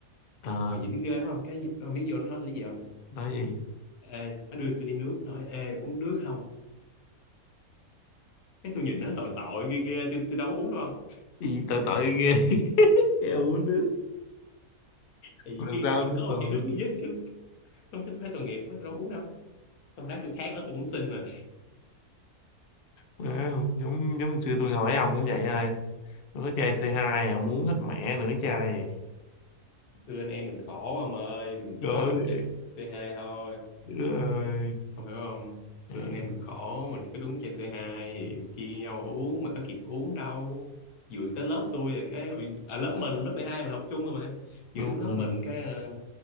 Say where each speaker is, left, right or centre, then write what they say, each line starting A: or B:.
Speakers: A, on the left; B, on the left.
A: Ờ.
B: mà nhìn nó ghê không cái không biết vô nó nói tôi cái gì không
A: nói gì
B: ê nó đưa tôi chai nước nói ê uống nước không cái tôi nhìn nó tội tội ghê ghê tôi, tôi đâu có uống đâu không
A: gì tội tội ghê <laughs> em uống nước
B: thì nhiều
A: làm
B: khi
A: sao
B: bạn
A: đúng
B: có một
A: rồi
B: chai nước duy nhất chứ không cái tôi thấy tội nghiệp quá tôi đâu có uống đâu xong rác tôi khác đó tôi cũng xin mà
A: wow. giống giống xưa tôi hỏi ông cũng vậy thôi tôi có chai c hai ông uống hết mẹ nửa chai vậy
B: xưa anh em mình khổ ông ơi mình chỉ
A: gọi
B: có đúng chơi C2 thôi
A: ơi
B: không hiểu không xưa
A: Mẹ,
B: anh em mình khổ mình chỉ có đúng chơi C2 thì chia nhau uống mà có kịp uống đâu vừa tới lớp tôi là cái ôi, à, lớp mình lớp 12 mình học chung rồi mà
A: đúng
B: vừa tới lớp
A: rồi.
B: mình cái ờ,